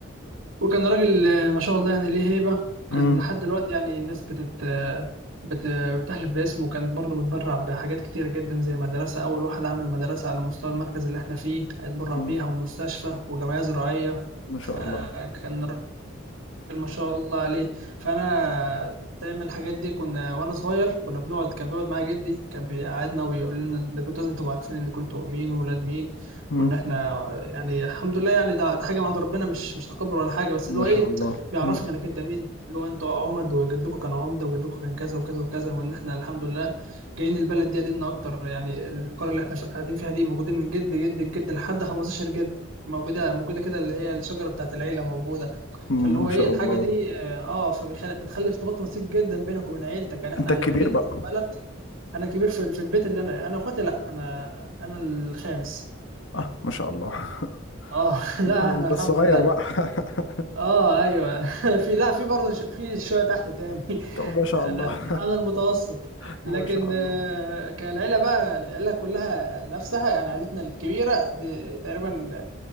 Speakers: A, on the right; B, on the left.
A: وكان راجل آه، ما شاء الله يعني ليه هيبة
B: مم.
A: كان لحد دلوقتي يعني الناس بتت آه، بت... بتحلف باسمه وكان برضه متبرع بحاجات كتيرة جدا زي مدرسة أول واحد عمل مدرسة على مستوى المركز اللي احنا فيه اتبرع
B: مم.
A: بيها ومستشفى وجمعية زراعية
B: ما شاء
A: فكان
B: الله
A: ما شاء الله عليه فانا دايما الحاجات دي كنا وانا صغير كنا بنقعد كان بيقعد معايا جدي كان بيقعدنا ويقول لنا ده كنتوا لازم تبقوا عارفين ان كنتوا مين وولاد مين
B: مم.
A: وان احنا يعني الحمد لله يعني ده, ده حاجه من عند ربنا مش مش تكبر ولا حاجه بس
B: ما
A: اللي هو ايه
B: شاء الله
A: بيعرفك
B: مم.
A: انك انت مين اللي هو انتوا عمد وجدكم كان عمده وجدكم كان كذا وكذا وكذا وان احنا الحمد لله جايين البلد دي قديمنا اكتر يعني القريه اللي احنا قاعدين فيها دي موجودين من جد جد جد لحد 15 جد موجوده موجوده كده اللي هي الشجره بتاعت العيله موجوده
B: مم.
A: فاللي هو
B: ما شاء
A: ايه الحاجه
B: الله
A: دي اه فبتخلي بتخلي ارتباط وثيق جدا بينك وبين عيلتك يعني احنا
B: انت
A: عيل-
B: الكبير
A: عيلتنا
B: بقى
A: في البلد انا كبير في, في البيت اللي انا انا اخواتي لا انا انا الخامس
B: اه ما شاء الله <laughs>
A: اه <laughs>
B: آه،
A: لا احنا
B: انت
A: الحمد
B: الصغير
A: لله
B: بقى <laughs>
A: اه ايوه <laughs> في لا في برضه ش- في شويه تحت تاني <laughs>
B: طب ما شاء
A: انا
B: الله
A: انا المتوسط
B: <laughs>
A: لكن
B: ما شاء الله
A: آه، كالعيله بقى العيله كلها نفسها يعني عيلتنا الكبيره دي تقريبا